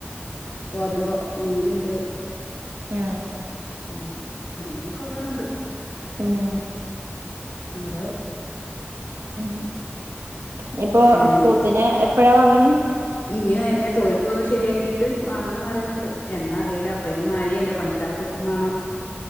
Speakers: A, on the left; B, on the right.
A: ഗോതമ്പ്‌ മീനു ട്
B: ആ
A: ഉം അങ്ങനെക്കെ ഓരോന്ന്ണ്ട്
B: ഉം
A: അതെ
B: ഉം ഇഞ്ഞിപ്പൊ
A: എൻ
B: പോത്തിനെ എ ഇപ്പഴാ വാങ്ങ്ണ്
A: ഇനി ആയന്നെ തൊഴുത്തൊന്ന് ശരിയാക്കിട്ട് വാങ്ങണംന്ന് പറയ്ണ്ണ്ട് എന്നാ അറിയില്ല ഇപ്പ ആയിന് മഴയല്ലേ പണിക്കാരൊ കിട്ടും വേണം